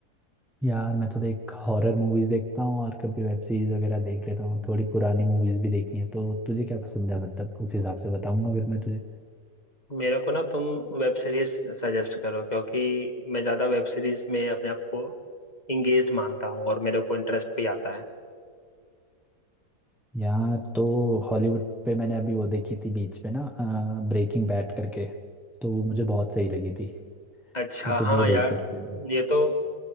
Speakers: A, in the centre; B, on the left.
A: यार मैं तो देख हॉरर मूवीज देखता हूँ और कभी वेब सीरीज वगैरह देख लेता हूँ थोड़ी पुरानी मूवीज भी देखी हैं तो तुझे क्या पसंद है मतलब उस हिसाब से बताऊंगा फिर मैं तुझे
B: मेरे को ना तुम वेब सीरीज सजेस्ट करो क्योंकि मैं ज्यादा वेब सीरीज में अपने आप को इंगेज मानता हूँ और मेरे को इंटरेस्ट भी आता है
A: यार तो हॉलीवुड पे मैंने अभी वो देखी थी बीच में ना ब्रेकिंग बैड करके तो वो मुझे बहुत सही लगी थी
B: अच्छा
A: तो तुम
B: हाँ
A: वो देख
B: यार
A: सकते हो
B: ये तो